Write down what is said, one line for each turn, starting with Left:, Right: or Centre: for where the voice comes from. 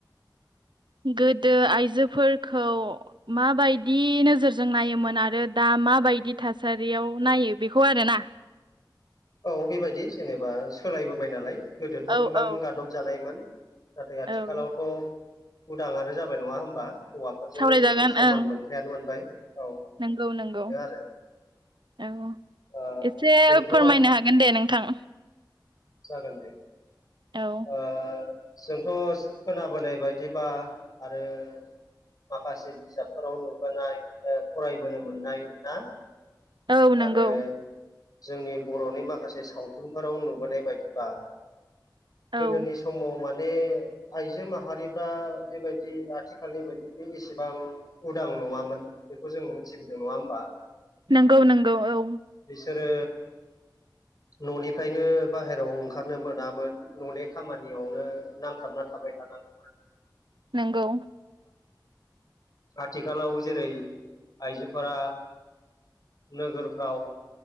Right: <inaudible> गोदो आइजोफोरखौ माबायदि नोजोरजों नायोमोन आरो दा माबायदि थासारियाव नायो बेखौ आरोना।
Left: औ बेबायदि जेनेबा सोलायबोबाय नालाय गोदोथ'
Right: औ
Left: गोबां
Right: औ
Left: गादब जानायमोन। नाथाय आथिखालावथ'
Right: औ
Left: उदाङानो जाबाय नङा होमबा। हौवाफोरजों
Right: सावरायजागोन
Left: एखे समान
Right: ओं
Left: मोनथायानो मोनबाय औ बेनो
Right: नंगौ नंगौ
Left: आरो
Right: औ
Left: ओ
Right: एसे
Left: जोंथ'
Right: फोरमायनो हागोन दे नोंथां।
Left: जागोन दे।
Right: औ
Left: ओ जोंथ' खोनाबोनाय बायदिबा आरो माखासे बिजाबफोराव नुबोनाय फरायबोनो मोननाय ना
Right: औ नंगौ।
Left: आरो जोंनि बर'नि माखासे सावथुनफोराव नुबोनाय बायदिबा गोदोनि
Right: औ
Left: समाव माने आइजो माहारिफ्रा बेबायदि आथिखालनि बायदि बे एसेबां उदां नङामोन बेखौ जों मोनथिबोदों नङा होमबा।
Right: नंगौ नंगौ औ।
Left: बिसोरो न'निफ्रायनो बाहेरायाव ओंखारनो मोनामोन। न'नि खामानियावनो नांथाबना थाबाय थानांगौमोन।
Right: नंगौ।
Left: आथिखालाव जेरै आइजोफोरा नोगोरफ्राव